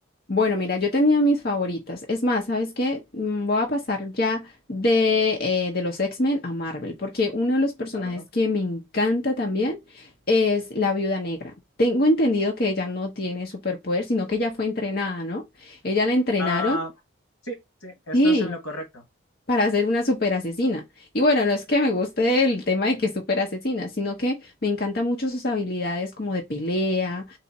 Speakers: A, on the left; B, on the left.
A: Bueno, mira, yo tenía mis favoritas. Es más, ¿sabes qué? Mm, Voy a pasar ya de, eh, de los X-Men a Marvel, porque uno de los personajes
B: A ver.
A: que me encanta también es la Viuda Negra. Tengo entendido que ella no tiene superpoder, sino que ella fue entrenada, ¿no? Ella la entrenaron.
B: Ah, sí, sí, estás
A: Sí.
B: en lo correcto.
A: para ser una super asesina. Y bueno, no es que me guste el tema de que es super asesina, sino que me encanta mucho sus habilidades como de pelea,